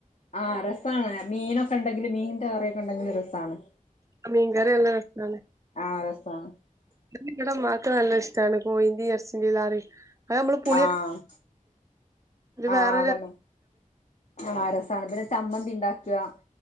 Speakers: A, on the left; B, on the right.
A: ആഹ് രസണ് മീനൊക്കെ ഉണ്ടെങ്കിലും മീനിന്റെ കറിയൊക്കെ ഉണ്ടെങ്കിലും രസാണ്
B: മീൻ കറി നല്ല രസാണ്
A: ആഹ് രസാണ്
B: ഇവിടെ ഉമ്മാക്ക് നല്ല ഇഷ്ടമാണ് കൊഴിന്റേം ഇറച്ചിന്റെലേറെ അത് നമ്മള് പുളി
A: ആഹ്
B: ഒരു വേറെരു
A: ആഹ് അതന്നെ ആഹ് രസാണ് പിന്നെ ചമ്മന്തിണ്ടാക്കാ